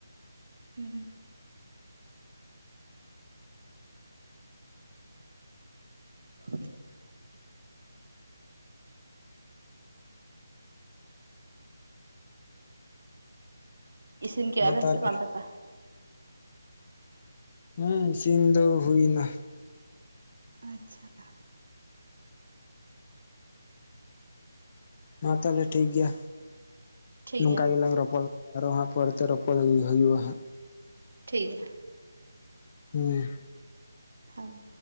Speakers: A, on the right; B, on the left.
A: ᱦᱩᱸ ᱦᱩᱸ <inaudible> ᱤᱥᱤᱱ ᱠᱮᱜᱟ
B: ᱢᱟ
A: ᱵᱮᱱ
B: ᱛᱟᱦᱚᱞᱮ
A: ᱥᱮ ᱵᱟᱝ ᱫᱟᱠᱟ?
B: ᱦᱮᱸ ᱤᱥᱤᱱ ᱫᱚ ᱦᱩᱭ ᱮᱱᱟ ᱾
A: ᱟᱪᱪᱷᱟ
B: ᱢᱟ ᱛᱟᱦᱚᱞᱮ ᱴᱷᱤᱠ ᱜᱮᱭᱟ
A: ᱴᱷᱤᱠ
B: ᱱᱚᱝᱠᱟ
A: ᱜᱮᱭᱟ ᱢᱟ
B: ᱜᱮᱞᱟᱝ ᱨᱚᱯᱚᱲ ᱟᱨᱚ ᱦᱟᱸᱜ ᱯᱚᱨᱮ ᱛᱮ ᱨᱚᱯᱚᱲ ᱦᱩᱭ ᱦᱩᱭᱩᱜ-ᱟ ᱦᱟᱸᱜ ᱾
A: ᱴᱷᱤᱠ ᱜᱮᱭᱟ ᱾
B: ᱦᱩᱸ
A: ᱦᱳᱭ